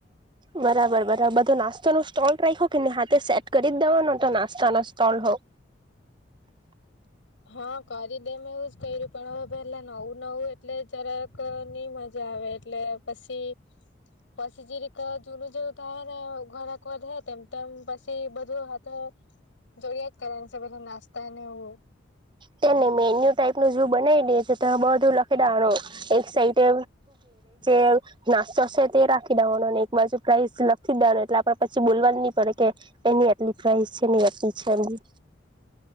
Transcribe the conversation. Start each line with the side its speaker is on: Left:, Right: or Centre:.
Right: બરાબર બરાબર બધો નાસ્તો નુ સ્ટોલ રાખો કેને હાથે સેટ કરી જ દવાનો તો નાસ્તાનો સ્ટોલ હો
Left: હા કરી દેમ એવું જ કર્યું પણ હવે પેલા નવું નવું એટલે જરાક નઈ મજા આવે એટલે પછી પછી જે રીતે જૂનું જેવું થાય ને ઘરાક વધહે તેમ તેમ પછી બધું હાથે જોડિયાત કરવુ છે બધા નાસ્તા ને એવુ
Right: તેને મેન્યુ ટાઈપ નુ જો બનાવી દે છે તો બહારનો લખે દવાણુ એક સાઇડે એમ નાસ્તો છે તે રાખી દેવાનો ને એક બાજુ પ્રાઇઝ લખી દેવાનો એટલે આપણે પછી બોલવાની નહી પડે કે એની આટલી પ્રઇસ છે ની આટલી છે એ